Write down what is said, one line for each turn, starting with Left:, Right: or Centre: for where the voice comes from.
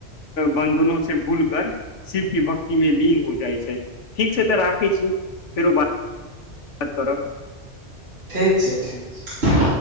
Left: बन्धनो से भूल कर शिव की भक्ति मे लींग हो जाइ छै ठीक छै तऽ राखै छी फिर ओ बात बात करब
Right: ठीक छै ठीक छै